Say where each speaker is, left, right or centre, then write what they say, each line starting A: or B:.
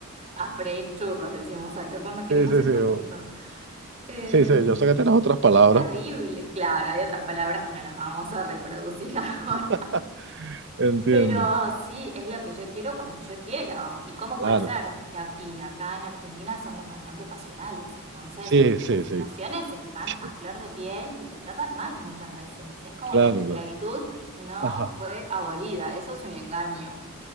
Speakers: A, on the right (about 30°); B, on the right (about 55°).
A: a freír churros, decimos acá cuando queremos
B: Sí, sí,
A: ser
B: sí,
A: políticos.
B: o-
A: Em,
B: sí, sí, yo sé que tienes otras palabras,
A: es terrible. Claro, hay otras palabras que no las vamos a reproducir <laughs> ahora,
B: <laughs> entiendo,
A: pero sí, es lo que yo quiero cuando yo quiero. ¿Y cómo
B: claro.
A: puede ser? Y, a- y acá en Argentina somos bastante pasionales, entonces
B: Sí, sí,
A: las
B: sí.
A: emociones están
B: <laughs>
A: a flor de piel y te tratan mal muchas veces. Es como
B: Claro,
A: que la esclavitud
B: claro.
A: no
B: Ajá.
A: fue abolida, eso es un engaño.